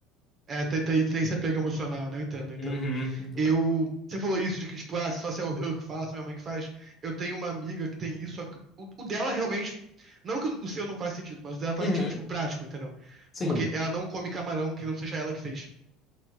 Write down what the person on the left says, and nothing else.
Uhum.
Uhum.
Sim.